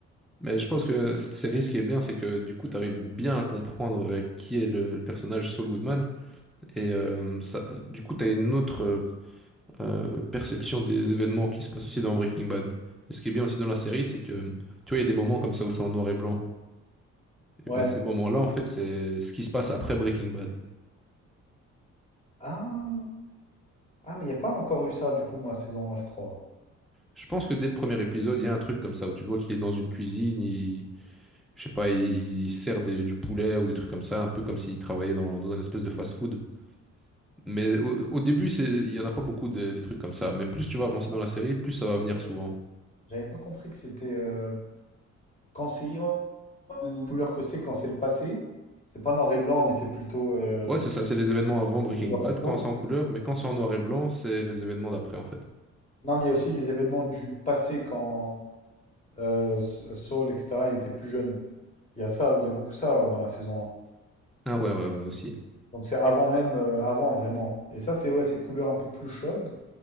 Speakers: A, in the centre; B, on the left.
A: Mais je pense que cette série, ce qui est bien, c'est que du coup, tu arrives bien à comprendre euh, qui est le, le personnage Saul Goodman. Et euh, ça, du coup, tu as une autre euh, euh, perception des événements qui se passent aussi dans Breaking Bad. Et ce qui est bien aussi dans la série, c'est que tu vois, il y a des moments comme ça où c'est en noir et blanc. Et
B: Ouais.
A: ben ces moments-là, en fait, c'est ce qui se passe après Breaking Bad.
B: Ah, ah mais il n'y a pas encore eu ça, du coup, moi, saison un, je crois.
A: Je pense que dès le premier épisode, il y a un truc comme ça où tu le vois qu'il est dans une cuisine, il, je sais pas, il, il sert des- du poulet ou des trucs comme ça, un peu comme s'il travaillait dans, dans un espèce de fast-food. Mais au, au début, c'est, il y en a pas beaucoup de- des trucs comme ça. Mais plus tu vas avancer
B: Ah,
A: dans la série, plus ça va
B: Ok.
A: venir souvent.
B: J'avais pas compris que c'était. euh, Quand c'est. oh, La couleur que c'est quand c'est le passé. C'est pas noir et blanc, mais c'est plutôt. euh,
A: Ouais, c'est ça, c'est les événements avant Breaking
B: couleur
A: Bad, quand
B: faux.
A: c'est en couleur, mais quand c'est en noir et blanc, c'est les événements d'après, en fait.
B: Non, mais il y a aussi les événements du passé quand euh, S- Saul, etc., il était plus jeune. Il y a ça, il y a beaucoup ça euh, dans la saison un.
A: Ah ouais, ouais, ouais, aussi.
B: Donc c'est avant même, euh, avant vraiment. Et ça, c'est ouais, c'est couleur un peu plus chaude.